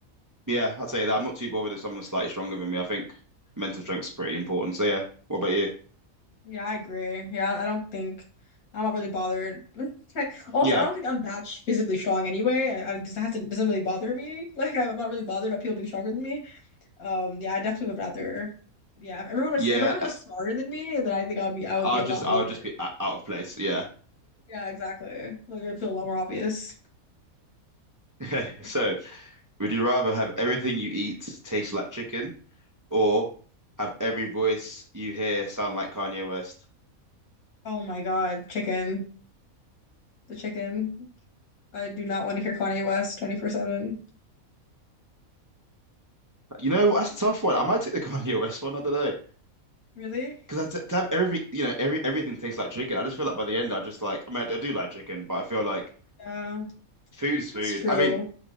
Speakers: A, on the right; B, on the left.
A: Yeah, I'd say that I'm not too bothered if someone's slightly stronger than me. I think mental strength's pretty important. So yeah, what about you?
B: Yeah, I agree. Yeah, I don't think I'm not really bothered. <laughs> Also,
A: Yeah,
B: I don't think I'm that sh- physically strong anyway. I, I just hasn't doesn't really bother me. <laughs> Like I'm not really bothered about people being stronger than me. Um, yeah, I definitely would rather. Yeah, if everyone was
A: yeah.
B: if everyone
A: I-
B: was smarter than me, then I think I'd be I would
A: I'll
B: be a lot
A: just I'll
B: more.
A: just be o- out of place. Yeah.
B: Yeah, exactly. Like I'd feel a lot more obvious
A: <laughs>
B: for
A: So,
B: sure.
A: would you rather have everything you eat taste like chicken or have every voice you hear sound like Kanye West?
B: Oh my God, chicken, the chicken. I do not want to hear Kanye West 24/7.
A: You know, that's a tough one. I might take the <laughs> Kanye West one. I don't know.
B: Really?
A: Because to, to have every, you know, every everything tastes like chicken. I just feel like by the end, I just like. I mean, I, I do like chicken, but I feel like
B: Yeah,
A: food is
B: that's
A: food.
B: true.
A: I mean,